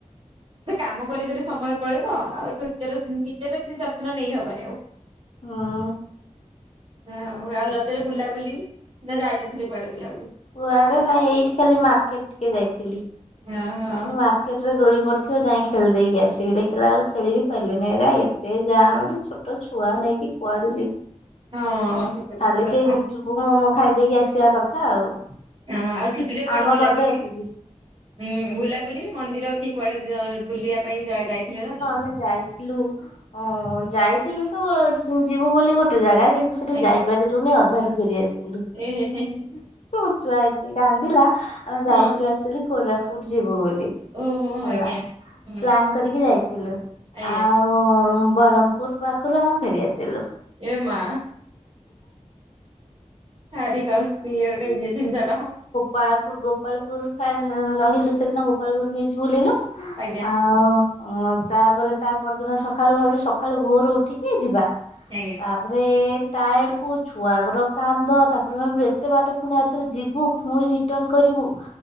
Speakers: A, on the right (about 50°); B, on the left (about 60°).
A: କାମ କରି କରି ସମୟ ପଳେଇବ ଆଉ ନିଜର ନିଜର କିଛି ଯତ୍ନ ନେଇହବନି ଆଉ।
B: ହଁ।
A: ହ ଆଉ ରଜରେ ବୁଲାବୁଲି ନା ଯାଇନଥିଲେ କୁଆଡେ ବୁଲାବୁଲି।
B: କୁଆଡେ ନାଇଁ ଏଇଠି ଖାଲି ମାର୍କେଟ ଟିକେ ଯାଇଥିଲି
A: ଓହୋ
B: ମାନେ ମାର୍ କେତଟା ଦୋଳି ପଡ଼ିଥିବ ଯାଇ ଖେଳି ଦେଇକି ଆସିବି ଦେଖିଲାଳକୁ ଖେଳିବି କହିଲେ ନାଇଁ ଏରା ଏତେ ଯାମ୍ ଯେ ଛୋଟ ଛୁଆ ନେଇକି କୁଆଡେ ଯିବ୍
A: ହଁ ହଁ ସେଟା ବି
B: ଖାଲି
A: ଗୋଟେ କଥା
B: ଟିକେ ଗୁପଚୁପ ମୋମୋ ଖାଇଦେଇକି ଆସିବା କଥା ଆଉ।
A: ହଁ ଆଉ ଛୁଟିରେ କୁଆଡେ
B: ଆମ
A: ବୁଲାବୁଲି
B: ରଜ ଏତିକି।
A: ହୁଁ ବୁଲାବୁଲି ମନ୍ଦିର କି କୁଆଡେ ଯ ବୁଲିବା ପାଇଁ ଯା ଯାଇଥିଲେ ନାଇଁ।
B: ନା ଯାଇ ଥିଲୁ ଅଁ ଯାଇଥିଲୁ ତ ଉଁ ଯିବୁ ବୋଲି ଗୋଟେ ଜାଗା କିନ୍ତୁ ସେଠି
A: ଆଜ୍ଞା
B: ଯାଇପାରିଲୁନି ଅଧାରୁ ଫେରିଆସି ଲୁ
A: ଏ
B: ମୋ ଛୁଆ ଏତେ କାନ୍ଦିଲା ଆମେ
A: ହଁ
B: ଯାଇଥିଲୁ ଆକ୍ଚୋଲି କୋରାପୁଟ ଯିବୁ ବୋଲି।
A: ଓହୋ
B: ହେଲା
A: ଆଜ୍ଞା ହୁଁ।
B: ପ୍ଲାନ୍ କରିକି ଯାଇଥିଲୁ
A: ଆଜ୍ଞା
B: ଆଉ ବରହମପୁର ପାଖରୁ ଆମେ ଫେରି ଆସିଲୁ।
A: ଏ ମା। ଭାରି କଷ୍ ଉଁ ଯୋଉ ଜି ଏ ଝିଞ୍ଝଟ।
B: ପାଳପୁର ଗୋପାଳପୁର ଫା ଉଁ ରହିଲୁ ସେଦିନ ଗୋପାଳପୁର ବିଚ୍ ବୁଲିଲୁ।
A: ଆଜ୍ଞା
B: ଆଉ ଉଁ ତା ପରେ ତା ପରଦିନ ସଖାଳୁ ଭାବିଲି ସଖାଳୁ ଭୋରୁ ଉଠିକି ଯିବା।
A: ଆଜ୍ଞା।
B: ତାପରେ ଏ ଟାଏଡ କୁ ଛୁଆଙ୍କର କାନ୍ଦ ତା ପରେ ଭାବୁ ଏତେ ବାଟ ପୁଣି ଆଉ ଥରେ ଯିବୁ ଫୁଣି ରିଟର୍ଣ କରିବୁ